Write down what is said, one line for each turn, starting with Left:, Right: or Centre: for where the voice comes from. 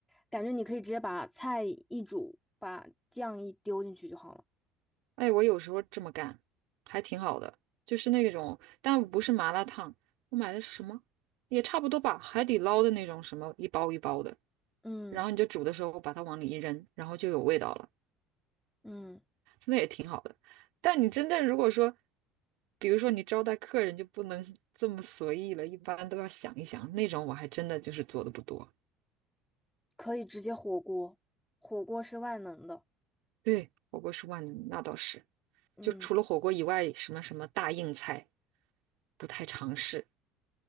Centre: 感觉你可以直接把菜一煮，把酱一丢进去就好了。
Right: 哎，我有时候这么干，还挺好的，就是那种，但不是麻辣烫，我买的是什么？也差不多吧，海底捞的那种什么一包一包的，
Centre: 嗯。
Right: 然后你就煮的时候把它往里一扔，然后就有味道了，
Centre: 嗯，
Right: 那也挺好的。但你真正如果说，比如说你招待客人就不能 <laughs> 这么随意了，一般都要想一想。那种我还真的就是做的不多。
Centre: 可以直接火锅，火锅是万能的。
Right: 对，火锅是万能，那倒是。
Centre: 嗯，
Right: 就除了火锅以外，什么什么大硬菜不太尝试。